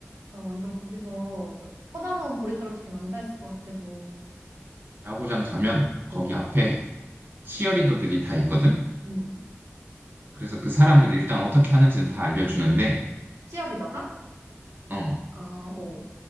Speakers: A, on the right; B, on the right.
A: 나 완전 거기서 뻗어놓은 보리자루처럼 앉아 있을 것 같아서.
B: 야구장 가면 거기
A: 어.
B: 앞에 치어리더들이 다 있거든.
A: 음.
B: 그래서 그 사람들이 일단 어떻게 하는지는 다 알려주는데,
A: 치어리더가?
B: 어.
A: 아, 어.